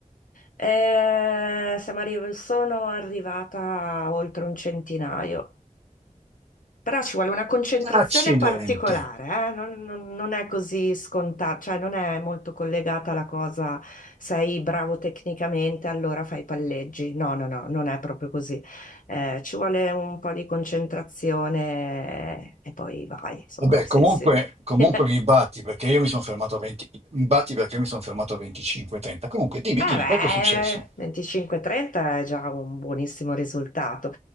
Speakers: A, on the left; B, on the right.
A: Eh, siamo arri- sono arrivata a oltre un centinaio. Però ci vuole una concentrazione
B: Accidenti.
A: particolare, eh? Non, non- non è così scontato, cioè non è molto collegata la cosa, sei bravo tecnicamente, allora fai palleggi. No, no, no, non è proprio così. Eh, ci vuole un po' di concentrazione eh, e poi vai, insomma,
B: Vabbè,
A: sì,
B: comunque,
A: sì.
B: comunque
A: <laughs>
B: mi batti perché io mi sono fermato a 20, mi batti perché io mi sono fermato a 25-30. Comunque, dimmi,
A: Eh
B: dimmi,
A: beh,
B: poi cosa è successo?
A: 25-30 è già un buonissimo risultato.